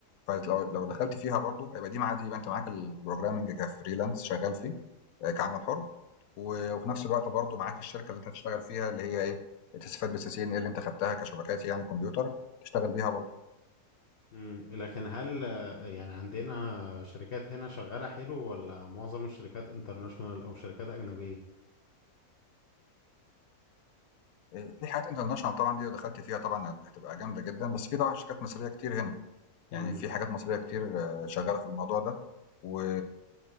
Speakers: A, on the left; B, on the left.
A: فلو لو دخلت فيها برضو يبقى دي مع دي يبقى انت معاك البروجرامنج كفريلانس شغال فيه آه، كعمل حر و- وفي نفس الوقت برضو معاك الشركه اللي انت هتشتغل فيها اللي هي ايه تستفاد بالسي سي ان اي اللي انت خدتها كشبكات يعني كمبيوتر تشتغل بيها برضو
B: امم لكن هل آه، يعني عندنا شركات هنا شغالة حلو ولا معظم الشركات انترناشونال او شركات اجنبية
A: آآ في حاجات international طبعًا دي لو دخلتِ فيها طبعًا هتبقى جامدة جدًا، بس في طبعًا شركات مصرية كتير هنا،
B: امم
A: يعني في حاجات مصرية كتير آه، شغّالة في الموضوع ده، و